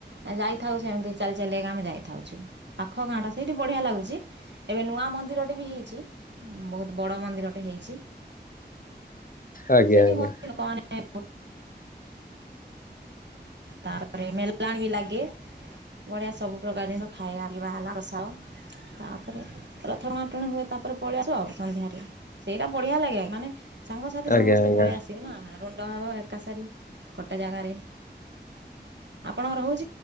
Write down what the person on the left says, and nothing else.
ଆଜ୍ଞା
ଆଜ୍ଞା
ଆଜ୍ଞା
ଆଜ୍ଞା